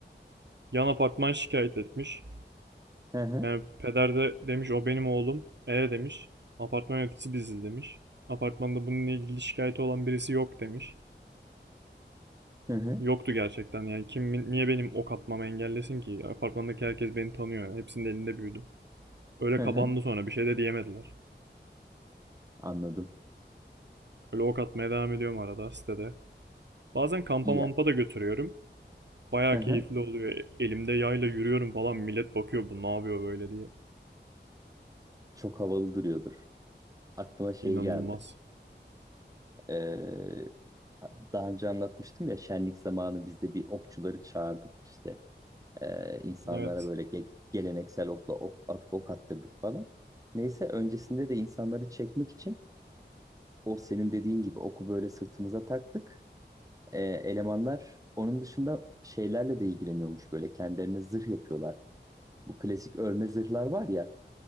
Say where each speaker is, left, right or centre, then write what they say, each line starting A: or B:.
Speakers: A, on the right; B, on the right.
A: Yan apartman şikayet etmiş.
B: <laughs> Hı hı.
A: Yani peder de demiş o benim oğlum. E demiş. Apartman yöneticisi biziz demiş. Apartmanda bununla ilgili şikayeti olan birisi yok demiş.
B: Hı hı.
A: Yoktu gerçekten yani kim niye benim ok atmamı engellesin ki? Apartmandaki herkes beni tanıyor yani hepsinin elinde büyüdüm. Öyle
B: Hı
A: kapandı
B: hı.
A: sonra bir şey de diyemediler.
B: Anladım.
A: Öyle ok atmaya devam ediyorum arada sitede. Bazen kampa
B: İyi.
A: mampa da götürüyorum. Bayağı
B: Hı hı.
A: keyifli oluyor. Elimde yayla yürüyorum falan millet bakıyor bu ne yapıyor böyle diye.
B: Çok havalı duruyordur. Aklıma şey
A: İnanılmaz.
B: geldi. Ee, daha önce anlatmıştım ya şenlik zamanı bizde bir okçuları çağırdık işte. Ee, insanlara
A: Evet.
B: böyle ge- geleneksel okla ok, at, ok attırdık falan. Neyse öncesinde de insanları çekmek için o senin dediğin gibi oku böyle sırtımıza taktık. Ee, elemanlar onun dışında şeylerle de ilgileniyormuş böyle kendilerine zırh yapıyorlar. Bu klasik örme zırhlar var ya.